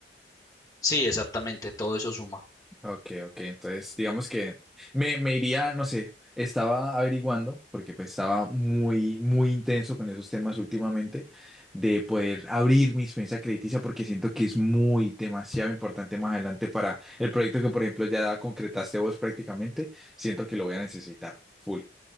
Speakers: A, on the left; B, in the centre.
A: Sí, exactamente, todo eso suma.
B: Ok, ok, entonces digamos que me, me iría, no sé, estaba averiguando, porque pues estaba muy, muy intenso con esos temas últimamente, de poder abrir mi experiencia crediticia, porque siento que es muy, demasiado importante más adelante para el proyecto que, por ejemplo, ya concretaste vos prácticamente, siento que lo voy a necesitar, full.